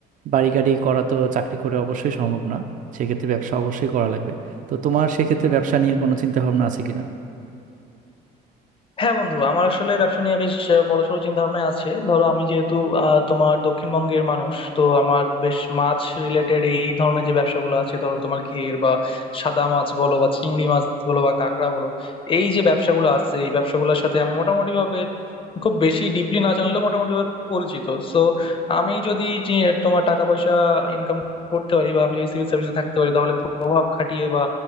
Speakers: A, on the right (about 50°); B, on the left (about 30°).
A: বাড়ি গাড়ি করা তো চাকরি করে অবশ্যই সম্ভব না সেক্ষেত্রে ব্যবসা অবশ্যই করা লাগবে তো তোমার সেক্ষেত্রে ব্যবসা নিয়ে কোনো চিন্তা ভাবনা আছে কিনা
B: হ্যাঁ বন্ধু আমার আসলে ব্যবসা নিয়ে বেশ বড়সড় চিন্তা ভাবনা আছে ধরো আমি যেহেতু আহ, তোমার দক্ষিণবঙ্গের মানুষ তো আমার বেশ মাছ রিলেটেড এই ধরনের যে ব্যবসাগুলো আছে ধরো তোমার ঘের বা সাদা মাছ বলো বা চিংড়ি মাছ বলো বা কাঁকড়া বলো এই যে ব্যবসাগুলো আছে এই ব্যবসাগুলোর সাথে আমি মোটামুটি ভাবে খুব বেশি ডিপলি না জানলেও মোটামুটি ভাবে পরিচিত সো আমি যদি যে তোমার টাকা পয়সা ইনকাম করতে পারি বা আমি যদি সিভিল সার্ভিসে থাকতে পারি তাহলে প্রভাব খাটিয়ে বা